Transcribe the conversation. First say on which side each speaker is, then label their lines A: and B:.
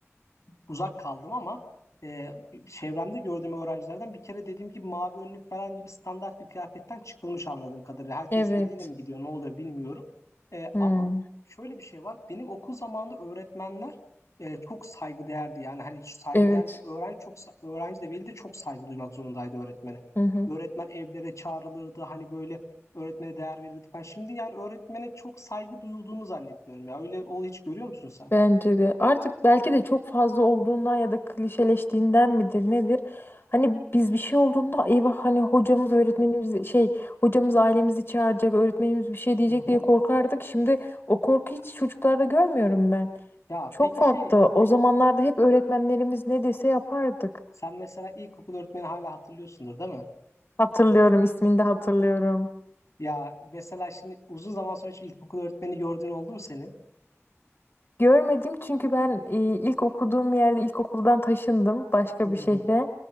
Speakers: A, on the left; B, on the left.
A: uzak kaldım ama e, çevremde gördüğüm öğrencilerden bir kere dediğim gibi mavi önlük falan gibi standart bir kıyafetten çıkılmış anladığım kadarıyla. Herkes
B: Evet.
A: istediğiyle mi gidiyor ne oluyor bilmiyorum. E,
B: Hmm.
A: ama şöyle bir şey var benim okul zamanında öğretmenler e, çok saygıdeğerdi yani hani saygıdeğerdi
B: Evet.
A: öğrenci çok sa- öğrenci de veli de çok saygı duymak zorundaydı öğretmene.
B: Hı hı.
A: Öğretmen evlere çağrılırdı hani böyle Öğretmene değer verirdi falan. Şimdi yani öğretmene çok saygı duyulduğunu zannetmiyorum ya. Öyle ol hiç görüyor musun sen?
B: Bence de. Artık belki de çok fazla olduğundan ya da klişeleştiğinden midir nedir? Hani biz bir şey olduğunda eyvah hani hocamız öğretmenimiz şey hocamız ailemizi çağıracak öğretmenimiz bir şey diyecek
A: Hı hı.
B: diye korkardık. Şimdi o korku hiç çocuklarda görmüyorum ben.
A: Ya
B: Çok
A: peki
B: farklı.
A: şey
B: O zamanlarda hep öğretmenlerimiz ne dese yapardık.
A: sen mesela ilkokul öğretmeni hala hatırlıyorsundur değil mi?
B: Hatırlıyorum, ismini de hatırlıyorum.
A: Ya mesela şimdi uzun zaman sonra hiç ilkokul öğretmeni gördüğün oldu mu senin?
B: Görmedim çünkü ben e, ilk okuduğum yerde ilkokuldan taşındım başka
A: Hı.
B: bir şehre.